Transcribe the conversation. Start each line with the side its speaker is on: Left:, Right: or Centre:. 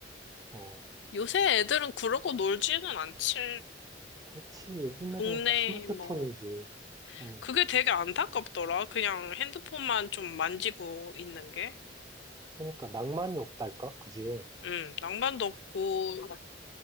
Right: 어,
Left: 요새 애들은 그러고 놀지는 않지.
Right: 그지 요즘
Left: 동네
Right: 애들은 다 스마트폰이지.
Left: 뭐
Right: 음,
Left: 그게 되게 안타깝더라. 그냥 핸드폰만 좀 만지고 있는 게.
Right: 그러니까 낭만이 없달까? 그지?
Left: 음, 낭만도 없고,